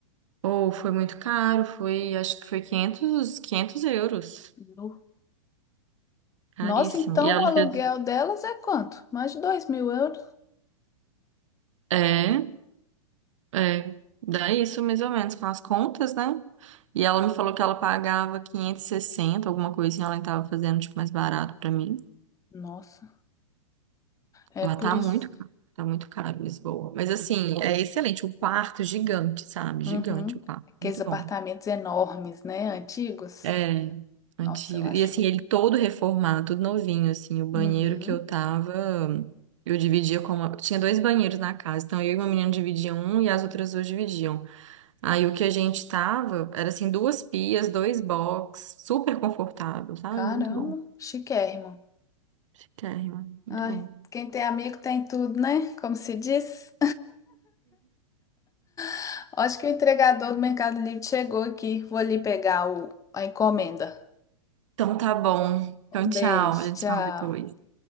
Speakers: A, on the right; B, on the left.
A: Ou foi muito caro, foi, acho que foi quinhentos 500 euros.
B: No-
A: Caríssimo.
B: Nossa, então
A: E ela
B: o aluguel
A: fez,
B: delas é quanto? Mais de dois mil euros?
A: é, é, dá isso mais ou menos com as contas, né? E ela me falou que ela pagava 560 alguma coisinha, ela estava fazendo tipo mais barato pra mim.
B: Nossa, é
A: Lá
B: por
A: tá
B: isso.
A: muito caro, tá muito caro Lisboa. Mas assim, é excelente. O quarto é gigante, sabe?
B: Uhum.
A: Gigante o quarto.
B: Aqueles
A: Muito
B: apartamentos
A: bom.
B: enormes, né? Antigos.
A: É, antigo.
B: Nossa, eu acho.
A: E assim, ele todo reformado, tudo novinho, assim. O banheiro
B: Uhum.
A: que eu tava, eu dividia com uma... Tinha dois banheiros na casa. Então eu e uma menina dividiam um e as outras duas dividiam. Aí o que a gente tava era assim, duas pias, dois box, super confortável, sabe?
B: Caramba,
A: Muito bom.
B: chiquérrimo.
A: Chiquérrimo, muito
B: Ai,
A: bom.
B: quem tem amigo tem tudo, né? Como se diz. <laughs> Acho que o entregador do Mercado Livre chegou aqui. Vou ali pegar o... a encomenda.
A: Então tá bom. Então
B: Um
A: tchau,
B: beijo,
A: a gente
B: tchau.
A: se fala depois.